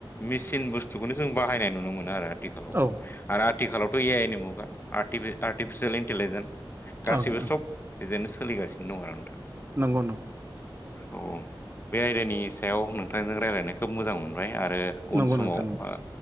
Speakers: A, on the left; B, on the right.
A: मेसिन बुस्थुखौनो जों बाहायनाय नुनो मोनो आरो आथिखालाव
B: औ
A: आरो आथिखालावथ' ए आइ नि मुगा आर्टि आर्टिफिसियेल इन्टेलिजेन्स गासैबो
B: ओं ओं
A: सब बेजोंनो सोलिगासिनो दं आरो नोंथां
B: नंगौ नंगौ
A: औ बे आयदानि सायाव नोंथांजों रायज्लायनो खोब मोजां मोनबाय आरो आरो
B: नंगौ
A: उन समाव
B: नोंथां नंगौ
A: ओ